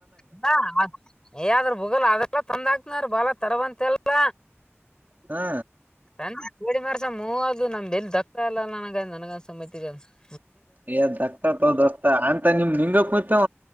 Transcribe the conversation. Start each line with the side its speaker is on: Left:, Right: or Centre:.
Left: <unintelligible> ಏ ಆದ್ರ ಭೂಗಲ್ ಅದೆಲ್ಲ ತಂದ ಹಾಕ್ನಾರ ಬಾಳ ತರವಂತೆಲ್ಲ
Right: ಹಾ
Left: ಬಂದು, ಪೂಜ್ಜೆಮ್ಯಾಡುಸು, ಮೂವದು ನಮ್ ದಸರಾಲ್ಲಾ, ನನ, ನನ್ಗ, ಸಮಿತಿಗಾ.. <inaudible>
Right: ಹೇ, ದೋಸ್ತಪ, ದೋಸ್ತ, ಆಂಟೋನಿ, ನಿನಗೂ, ನಿಮ್ ನಿಂಗ, ಕುಂತು,